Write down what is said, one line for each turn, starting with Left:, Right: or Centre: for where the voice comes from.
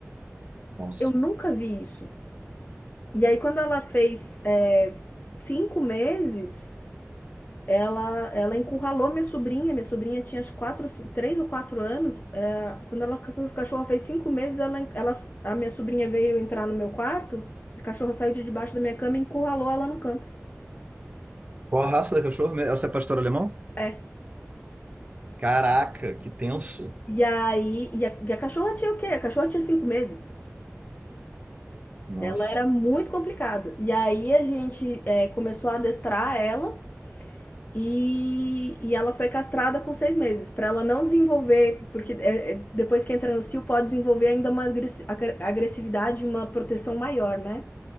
Right: Nossa.
Left: Eu nunca vi isso. E aí, quando ela fez eh, cinco meses, ela, ela encurralou minha sobrinha. Minha sobrinha tinha acho, quatro, ou cin- três ou quatro anos. eh, quando ela, essa cachorra fez cinco meses, ela, en- ela, a minha sobrinha veio entrar no meu quarto, a cachorra saiu de debaixo da minha cama e encurralou ela no canto.
Right: Qual a raça da cachorro? mesmo? Essa é pastor alemão?
Left: É,
Right: Caraca, que tenso.
Left: E aí, e a, e a cachorra tinha o quê? A cachorra tinha cinco meses.
Right: Nossa.
Left: Ela era muito complicada. E aí a gente eh, começou a adestrar ela e, e ela foi castrada com seis meses, pra ela não desenvolver, porque eh, eh, depois que entra no cio pode desenvolver ainda uma agressi- agre- agressividade, e uma proteção maior, né?